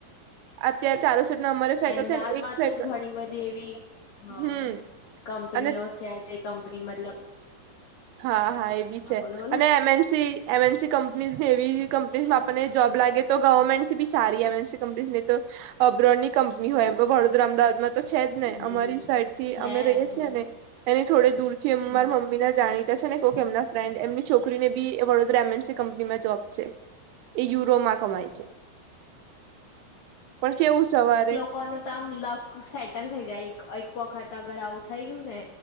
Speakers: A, on the right; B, on the left.
A: અત્યારે ચાલુ સેટમાં અમારે ફેકલ્ટી
B: અમદાવાદ
A: છે ને એક
B: માં
A: ફેક
B: તો ઘણી બધી એવી હ
A: હમ
B: કંપનીઓ
A: અને
B: છે જે કંપની મતલબ
A: હા હા એ બી છે
B: બોલો બોલો
A: અને M NC M NC companies ને એવી કંપની આપણને જોબ લાગે તો ગવર્મેન્ટથી બી સારી એમનસી કંપનીઝ ને તો અબ્રોડની કંપની હોય વડોદરા અમદાવાદમાં તો છે જ
B: હમ
A: ને અમારી સાઈડ થી
B: છે
A: અમે
B: હમ
A: રહીએ છીએ ને એની થોડે દૂર થી અ
B: હમ
A: મારા મમ્મી ના જાણી ત્યાં છે ને કોક એમના ફ્રેન્ડ એમની છોકરીને બી વડોદરા એમ એન સી કંપનીમાં જોબ છે એ યુરોમાં કમાય
B: ઓહો
A: છે પણ કેવું સવારે
B: કોનું તો આમ લક સેટલ થઈ જાય એક વખત અગર આવું થઈ ગયું ને